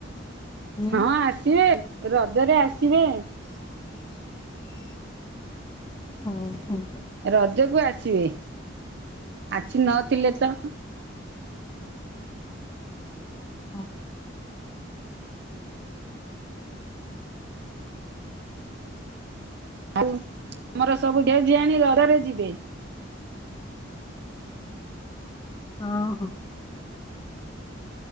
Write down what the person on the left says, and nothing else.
ହୁଁ
ହୁଁ ହୁଁ।
ହଁ।
ହଁ ହଁ।